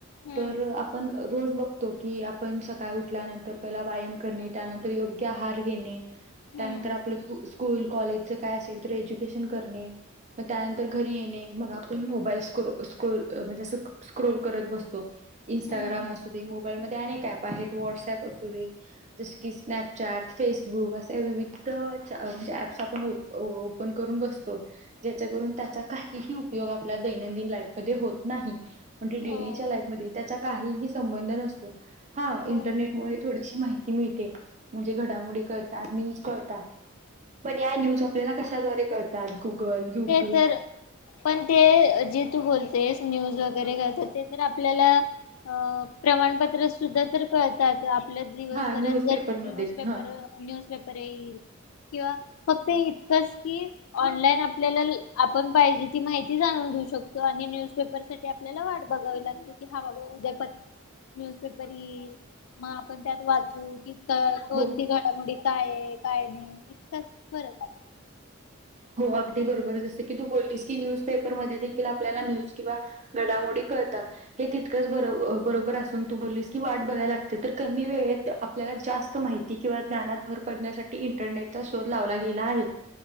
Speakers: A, on the left (about 80°); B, on the right (about 35°).
A: हम्म
B: तर आपण रोज बघतो की पण सकाळी उठल्यानंतर पहिला वायम करणे, त्यानंतर योग्य आहार घेणे,
A: हम्म
B: त्यानंतर आपलं कु स्कूल कॉलेजचं काय असेल, तर एज्युकेशन करणे. मग त्यानंतर घरी येणे, मग आपण मोबाईल स्क्रो.. स्कूल म्हणजे असं स्क्रोल करत बस तो. इंस्टाग्राम
A: हम्म
B: असू दे. मोबाईलमध्ये अनेक ऍप आहेत, व्हॉट्सअप असू दे जसे की स्नॅपचॅट, फेसबुक असे विविध चॅ म्हणजे ऍप्स आपण ओप पण करून बसतो. ज्याच्या करून, त्याचा काहीही उपयोग आपल्या दैनंदिन लाईफमध्ये होत नाही. म्हणजे
A: हो
B: डेलीच्या लाईफमध्ये, त्याचा काहीही संबंध नसतो. हा,
A: हो
B: इंटरनेटमुळे थोडीशी माहिती मिळते म्हणजे घडामोडी कळतात, न्यूज कळतात पण या न्यूज आपल्याला कशाद्वारे कळतात? मॅप, गुगल युट्यूब
A: ते तर पण ते जे तू बोलतेस, न्यूज वगैरे कळतात. ते तर आपल्याला अ प्रमाणपत्र सुद्धा तर कळतात आपल्यात दिवसभरात
B: हा न्यूजपेपरमध्ये
A: जर न्यूज पेपरं
B: हा
A: न्यूजपेपर येईल किंवा फक्त इतकंच की ऑनलाईन आप आपल्याला ल आपण पाहिजे ती, माहिती जाणून घेऊ शकतो आणि न्यूजपेपर साठी आपल्याला वाट बघावी लागते. कि हा बाबा, उद्या पत न्यूजपेपर येईल. मग आपण त्यात वाचू, की तर कोणती
B: हो. हो.
A: घडामोडी काय आहे? काय नाही? इतकाच फरक आहे.
B: हो, अगदी बरोबर. जसं की तू बोललीस की, न्यूजपेपरमध्ये देखील आपल्याला न्यूज किंवा घडामोडी कळतात. हे तितकंच बरो बरोबर असून, तू बोललीस की वाट बघायला लागते. तर कमी वेळेत आपल्याला जास्त माहिती किंवा ज्ञानात भर पडण्यासाठी, इंटरनेटचा शोध लावला गेला आहे.